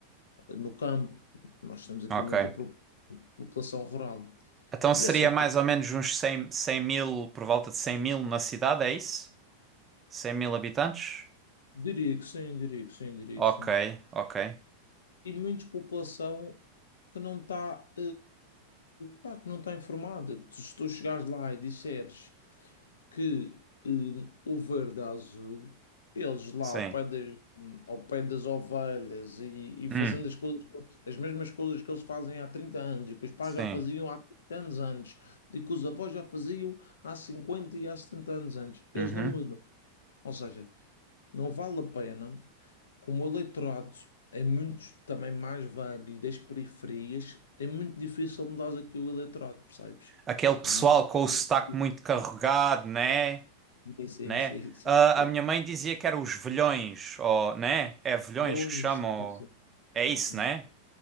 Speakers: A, on the left; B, on the right.
A: no campo. Nós temos aqui
B: ok.
A: muita pro- população rural.
B: Então seria
A: E essa,
B: mais ou menos uns cem 100 mil, por volta de 100 mil na cidade, é isso? cem mil habitantes?
A: diria que sim, diria que sim, diria
B: Ok,
A: que sim.
B: ok.
A: e muita população que não está pá, que não está informada. Que tu- se tu chegares lá e disseres que eh, o verde é azul, eles lá
B: Sim.
A: ao pé das, ao pé das ovelhas e, e
B: Hum,
A: fazendo as coisas, que eles- as mesmas coisas que eles fazem há 30 anos e que os pais
B: sim.
A: já faziam há 30 anos antes e que os avós já faziam há 50 e há 70 anos antes, eles
B: Uhum.
A: não mudam. Ou seja, não vale a pena como o eleitorado é muito também mais velho e das periferias, é muito difícil mudar aqui o eleitorado, percebes?
B: Aquele pessoal
A: É muito
B: com o sotaque
A: difícil.
B: muito carregado, né?
A: Sim, sim,
B: Né?
A: sim, sim.
B: Ah,
A: sim.
B: a minha mãe dizia que eram os velhões, ou, né? É velhões
A: Nunes,
B: que chamam.
A: sim,
B: É
A: sim,
B: isso,
A: sim.
B: né?